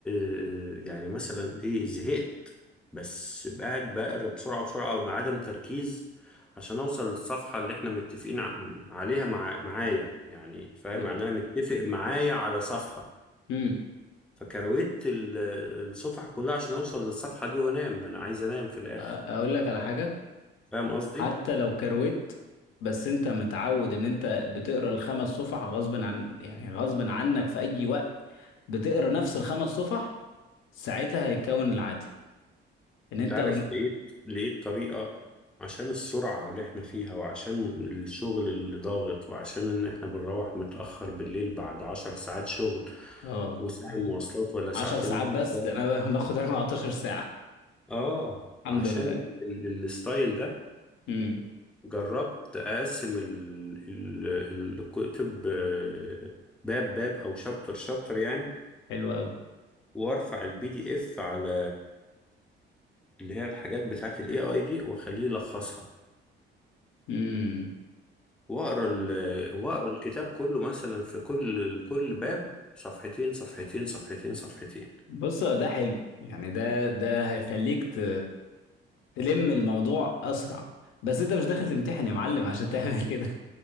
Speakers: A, in the centre; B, on the left.
A: آه، يعني مثلا ايه زهقت بس قاعد بقرا بسرعة بسرعة او بعدم تركيز عشان اوصل للصفحة اللي احنا متفقين عم- عليها مع معايا يعني فاهم
B: لا.
A: يعني انا متفق معايا على صفحة
B: امم
A: فكرويت ال- الصفحة كلها عشان اوصل للصفحة دي وانام انا عايز انام في الاخر
B: أ- اقول لك على حاجه
A: فاهم قصدي؟
B: حتى لو كروت بس انت متعود ان انت بتقرا الخمس صفح غصب عن يعني غصب عنك في اي وقت بتقرا نفس الخمس صفح ساعتها هيتكون العاده ان
A: انت
B: انت
A: عارف
B: قول-
A: لقيت لقيت طريقة عشان السرعة اللي احنا فيها وعشان الشغل اللي ضاغط وعشان ان احنا بنروح متأخر بالليل بعد عشر ساعات شغل
B: اه
A: وساعة
B: آه.
A: مواصلات ولا ساعتين
B: 10 ساعات بس
A: مواصلات
B: ده انا ب- <laughs> باخد 14 ساعه
A: اه
B: الحمد
A: عشان
B: لله
A: ال- ال- الستايل ده
B: امم
A: جربت اقسم ال- ال- الكتب آه، باب باب او شابتر شابتر يعني
B: حلو قوي
A: وارفع البي دي اف على اللي هي الحاجات بتاعت الاي اي دي واخليه يلخصها
B: امم
A: واقرا ال- واقرا الكتاب كله مثلا في كل كل باب صفحتين صفحتين صفحتين صفحتين
B: بص هو ده حلو يعني ده ده هيخليك ت- تلم الموضوع اسرع بس انت مش داخل تمتحن يا معلم عشان تعمل كده